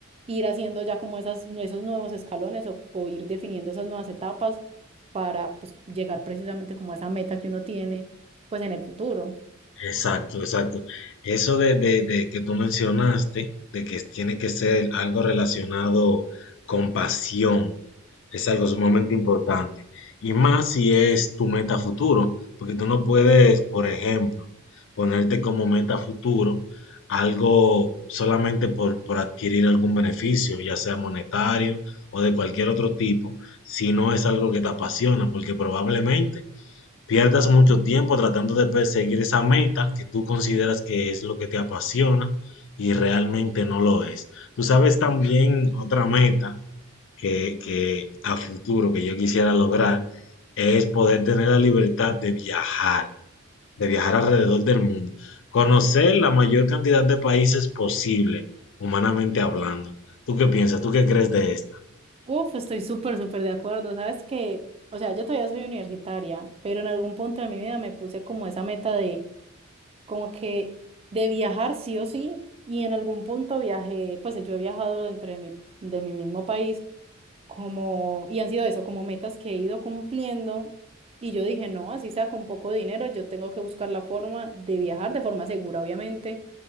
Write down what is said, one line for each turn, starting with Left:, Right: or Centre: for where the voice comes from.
Right: ir haciendo ya como esas, esos nuevos escalones o, o ir definiendo esas nuevas etapas para pues llegar precisamente como a esa meta que uno tiene pues en el futuro.
Left: Exacto, exacto. Eso de, de- de que tú mencionaste, de que tiene que ser algo relacionado con pasión, es algo sumamente importante. Y más si es tu meta futuro, porque tú no puedes, por ejemplo, ponerte como meta futuro algo solamente por, por adquirir algún beneficio, ya sea monetario o de cualquier otro tipo, si no es algo que te apasiona, porque probablemente Pierdas mucho tiempo tratando de perseguir esa meta que tú consideras que es lo que te apasiona y realmente no lo es. Tú sabes también otra meta que, que a futuro que yo quisiera lograr es poder tener la libertad de viajar, de viajar alrededor del mundo, conocer la mayor cantidad de países posible, humanamente hablando. ¿Tú qué piensas? ¿Tú qué crees de esta?
Right: Uf, estoy súper, súper de acuerdo. Sabes que, o sea, yo todavía soy universitaria, pero en algún punto de mi vida me puse como esa meta de, como que, de viajar sí o sí. Y en algún punto viajé, pues yo he viajado dentro de mi, de mi mismo país, como, y han sido eso, como metas que he ido cumpliendo. Y yo dije, no, así sea con poco dinero, yo tengo que buscar la forma de viajar de forma segura, obviamente